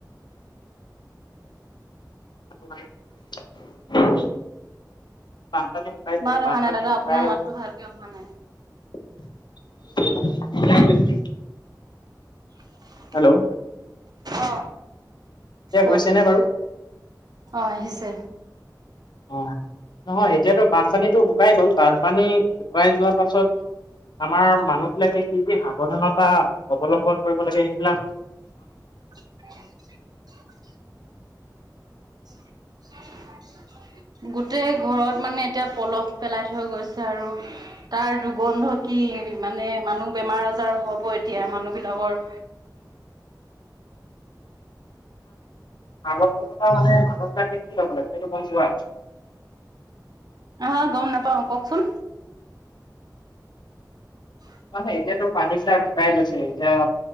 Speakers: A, on the left (about 80°); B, on the right (about 65°).
A: <inaudible> শুকাইছিলে
B: মাত
A: বানপানী
B: অহা নাই দাদা
A: শুকাই
B: আপোনাৰ
A: আ
B: মাতটো ভালকে অহা নাই
A: <unintelligible>
B: <inaudible>
A: হেল্লো'
B: অ
A: এতিয়া
B: কওক
A: গৈছে নে বাৰু?
B: অ আহিছে।
A: অ নহয় এতিয়াতো বানপানীটো শুকাই গ'ল। বানপানী শুকাই যোৱা পাছত, আমাৰ মানুহ বিলাকে কি কি সাৱধানতা অৱলম্বন কৰিব লাগে সেইবিলাক
B: <inaudible> <inaudible> গোটেই ঘৰত মানে এতিয়া পলস পেলাই থৈ গৈছে আৰু। তাৰ দুৰ্গন্ধ কি মানে মানুহ বেমাৰ আজাৰ হব। এতিয়া মানুহ বিলাকৰ
A: আগন মানে মান দেখ কি লগ লাগে যে ক যোৱা আ
B: আহ গম নাপাওঁ। কওকচোন <inaudible>
A: মানে এতিয়াতো পানী চা শুকাই গৈছে, এতিয়া